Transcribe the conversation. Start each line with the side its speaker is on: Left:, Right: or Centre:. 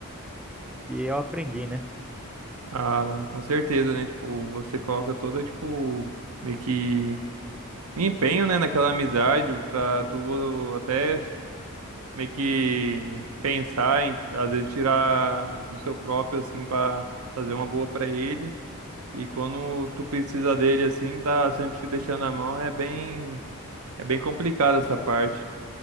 Centre: que eu aprendi, né?
Right: Ah, mano, com certeza, né? Tipo, você coloca toda, tipo, meio que um empenho, né, naquela amizade pra tu até meio que pensar em, às vezes, tirar do seu próprio, assim, pra fazer uma boa pra ele. E quando tu precisa dele, assim, tá sempre te deixando na mão, é bem, é bem complicado essa parte.